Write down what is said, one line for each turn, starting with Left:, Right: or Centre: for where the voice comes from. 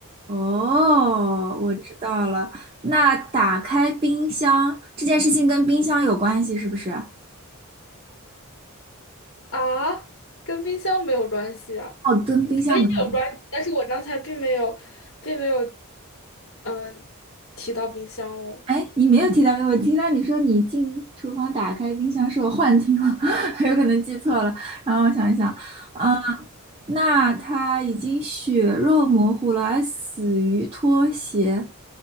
Right: 哦，我知道了。那打开冰箱这件事情跟冰箱有关系是不是？哦，
Left: 啊，跟冰箱没有关系啊，
Right: 跟冰箱没有。
Left: 有关，但是我刚才并没有，并没有，嗯，提到冰箱哦，
Right: 哎，你没有提到，我听到你说你进厨房打开冰箱，是我幻听了，<laughs> 有可能记错了。然后我想一想，嗯、那他已经血肉模糊了，还死于拖鞋。